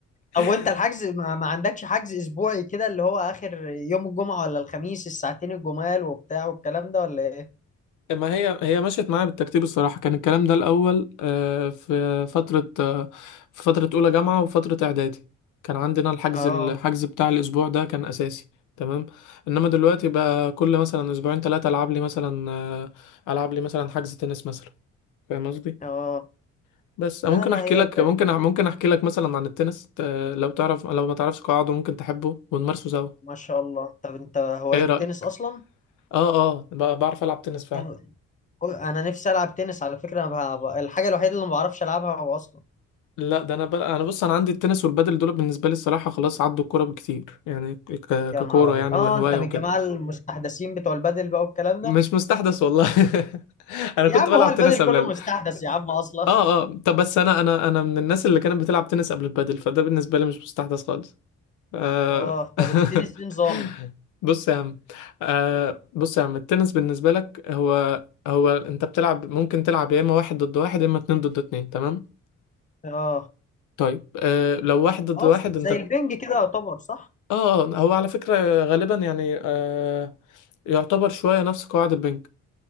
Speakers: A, on the left; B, on the left.
A: <laughs>
B: طب وانت الحجز ما, ما عندكش حجز اسبوعي كده اللي هو اخر يوم الجمعة ولا الخميس الساعتين الجمال وبتاع والكلام ده ولا ايه
A: ما هي هي مشيت معايا بالترتيب الصراحة كان الكلام ده الأول آه، في فترة آه، في فترة أولى جامعة وفترة إعدادي كان عندنا الحجز
B: اه
A: الحجز بتاع الأسبوع ده كان أساسي تمام إنما دلوقتي بقى كل مثلا أسبوعين ثلاثة ألعب لي مثلا آه، ألعب لي مثلا حجز تنس مثلا فاهم قصدي
B: اه
A: بس
B: لا
A: ممكن
B: لا
A: أحكي
B: هي
A: لك
B: ال-
A: ممكن ممكن أحكي لك مثلا عن التنس آه، لو تعرف لو ما تعرفش قواعده ممكن تحبه ونمارسه سوا
B: ما شاء الله طب انت هواية
A: إيه
B: التنس
A: رأيك؟
B: اصلا
A: آه آه ب- بعرف ألعب تنس فعلا
B: طب انا نفسي العب تنس على فكرة انا بقى... الحاجة الوحيدة اللي ما بعرفش العبها هو اصلا
A: لا ده انا بقى انا بص انا عندي التنس والبادل دول بالنسبه لي الصراحه خلاص عدوا الكوره بكتير يعني ك...
B: يا
A: ككوره
B: نهار ابيض
A: يعني
B: اه
A: وهوايه
B: انت من
A: وكده
B: الجماعه المستحدثين بتوع البادل بقى والكلام
A: مش
B: ده
A: مستحدث والله <laughs> انا
B: يا
A: كنت
B: عم
A: بلعب
B: هو البادل
A: تنس قبل
B: كله
A: ال...
B: مستحدث يا عم اصلا
A: اه اه طب بس انا انا انا من الناس اللي كانت بتلعب تنس قبل البادل فده بالنسبه لي مش مستحدث خالص آه...
B: اه طب التنس ايه نظام
A: <laughs> بص يا عم آه... بص يا عم التنس بالنسبه لك هو هو انت بتلعب ممكن تلعب يا اما واحد ضد واحد يا اما اتنين ضد اتنين تمام
B: اه
A: طيب آه... لو واحد ضد
B: اه
A: واحد
B: زي
A: انت
B: البنج كده يعتبر صح
A: اه هو على فكرة غالبا يعني آه يعتبر شوية نفس قواعد البنك